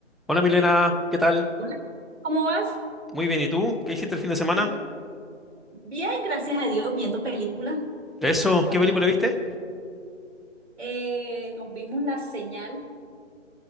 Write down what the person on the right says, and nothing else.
Hola, ¿Cómo vas?
Andy. Bien, gracias a Dios, viendo películas
en familia.
Eh, nos vimos La Señal.